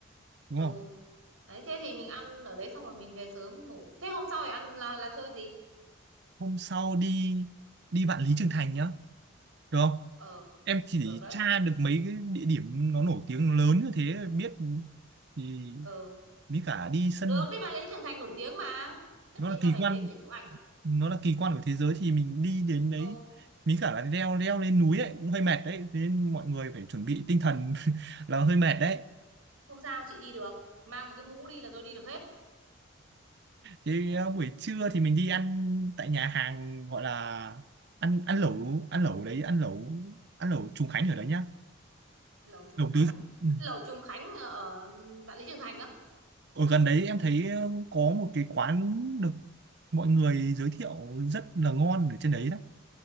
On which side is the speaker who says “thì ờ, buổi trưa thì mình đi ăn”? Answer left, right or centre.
Right